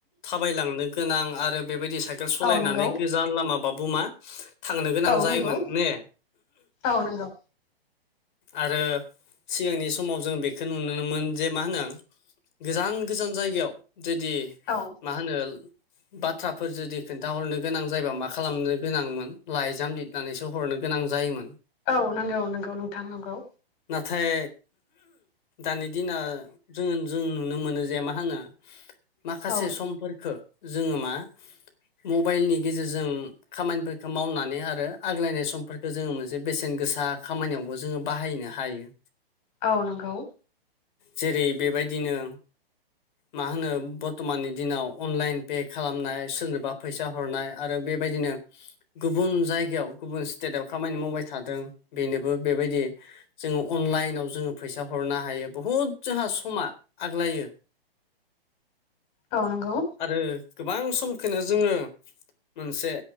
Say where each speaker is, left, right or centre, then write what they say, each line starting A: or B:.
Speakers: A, on the left; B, on the left.
A: थाबायलांनो गोनां आरो बेबायदि साइ साइकेल सालायनानै
B: औ नंगौ
A: गोजान लामाबाबो मा थांनो गोनां
B: औ
A: जायोमोन
B: नंगौ
A: ने
B: औ नंगौ
A: आरो सिगांनि समाव जों बेखौ नुनोमोन जे मा होनो गोजान गोजान जायगायाव जुदि
B: औ
A: मा होनो बाथ्राफोर जुदि खोन्थाहरनो गोनां जायोबा मा खालामनो गोनांमोन लाइजाम लिर नानैसो हरनो गोनां जायोमोन
B: औ नंगौ नंगौ नोंथां नंगौ
A: नाथाय दानि दिनाव जोङो जों नुनो मोनो जे मा होनो माखासे
B: औ
A: समफोरफोरखौो जोङो मा मबाइलनि गेजेरजों खामानिफोरखौ मावनानै आरो आग्लायनाय समफोरखौ जोङो मोनसे बेसेन गोसा खामानियावबो जोङो बाहायनो हायो
B: औ नंगौ
A: जेरै बेबायदिनो मा होनो बर्थमाननि दिनाव अनलाइन पे खालामनाय सोरनोबा फैसा हरनाय आरो बेबायदिनो गुबुन जायगायाव गुबुन स्टेटाव खामानि मावबाय थादों बेनोबो बेबायदि जोङो अनलाइनाव जोङो फैसा हरनो हायो बुहुद जोंहा समा आग्लायो
B: औ नंगौ
A: आरो गोबां समखौनो जोङो मोनसे